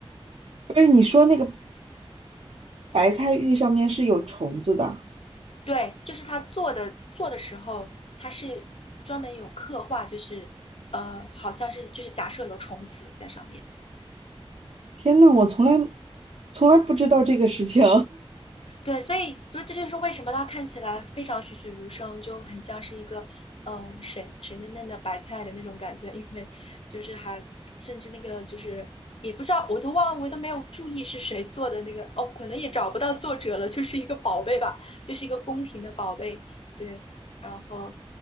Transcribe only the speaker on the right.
不是你说那个白菜玉上面是有虫子的？
天呐，我从来从来不知道这个事情，